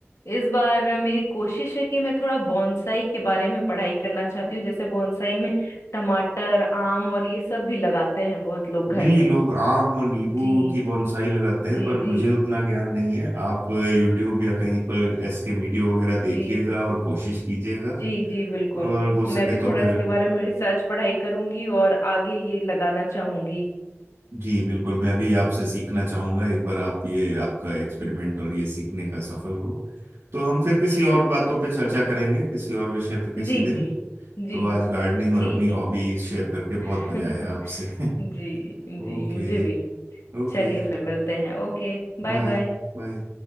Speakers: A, on the left; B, on the right.
A: इस बार मेरी कोशिश है कि मैं थोड़ा बॉन्साई के बारे में पढ़ाई करना चाहती हूँ जैसे बॉन्साई में टमाटर आम और ये सब भी लगाते हैं बहुत लोग
B: जी
A: घर में
B: लोग आम और नींबू
A: जी
B: की बोनसाई लगाते हैं
A: जी
B: पर मुझे
A: जी
B: उतना ज्ञान नहीं है आप यूट्यूब या कहीं पर इसके वीडियो वगैरह देखिएगा
A: जी
B: और कोशिश कीजिएगा
A: जी जी बिल्कुल
B: और हो
A: मैं
B: सके
A: भी
B: तो
A: थोड़ा
B: फिर
A: इसके बारे में रिसर्च पढ़ाई करूंगी और आगे ये लगाना चाहूंगी
B: जी बिल्कुल मैं भी आपसे सीखना चाहूंगा एक बार आप ये आपका एक्सपेरिमेंट और ये सीखने का सफल हो तो हम फिर किसी
A: जी
B: और
A: बिल्कुल
B: बातों पे चर्चा करेंगे किसी और विषय पर किसी
A: जी
B: दिन
A: जी जी
B: तो आज गार्डनिंग और
A: ठीक
B: अपनी
A: है
B: हॉबी शेयर करके बहुत
A: <laughs>
B: मजा आया आपसे <laughs>
A: जी जी
B: ओके
A: मुझे भी
B: ओके
A: चलिए फिर मिलते हैं ओके Bye
B: बाय
A: bye
B: बाय